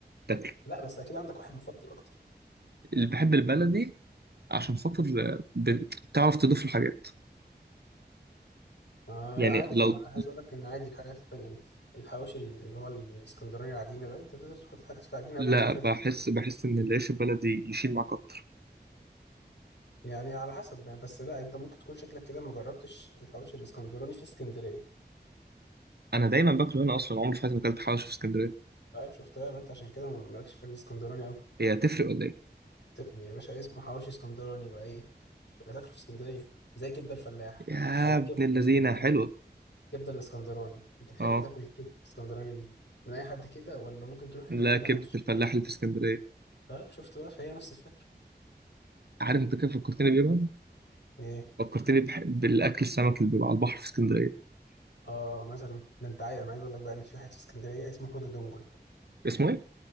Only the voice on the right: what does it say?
تاكله
اللي بحب البلدي عشان خاطر آه، بتعرف تضيف الحاجات
يعني
لو
لا
بحس بحس ان العيش البلدي يشيل معاك اكتر
انا دايما باكله هنا اصلا عمري في حياتي ما اكلت حواوشي في اسكندريه
هي هتفرق ولا ايه
يا
ابن اللذينه
حلوه
اه
لا
كبده
الفلاح اللي في اسكندريه
عارف انت كيف فكرتني بيه بقى؟
فكرتني بح... بالاكل السمك اللي بيبقى على البحر في اسكندريه
اسمه ايه